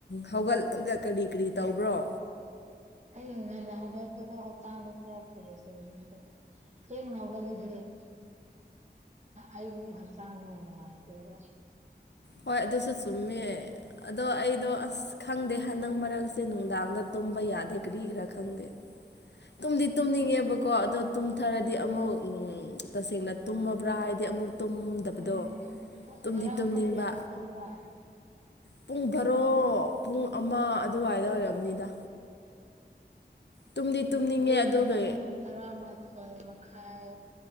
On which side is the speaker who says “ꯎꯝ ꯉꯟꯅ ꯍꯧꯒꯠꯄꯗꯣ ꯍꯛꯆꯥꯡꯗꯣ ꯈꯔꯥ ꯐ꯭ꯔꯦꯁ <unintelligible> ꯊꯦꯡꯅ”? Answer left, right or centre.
Right